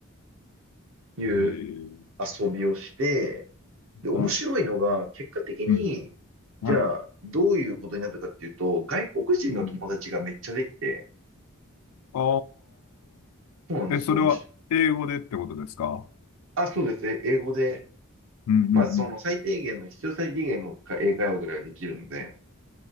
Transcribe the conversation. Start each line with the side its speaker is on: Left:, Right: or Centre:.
Right: という
Left: い。えー、
Right: 遊びをして、で、面白いのが、
Left: は
Right: 結果的に、
Left: い。うん。
Right: じゃあ、
Left: は
Right: どういうことになったかっていうと、外国人の友達がめっちゃできて、
Left: い。うん。あ
Right: そうなんですよ、
Left: あ。え、それは英語でってことですか
Right: 面白い。あ、そうですね、英語で、
Left: うんうん
Right: まあ、その最低限の、必要最低限のか英会話ぐらいはできるので、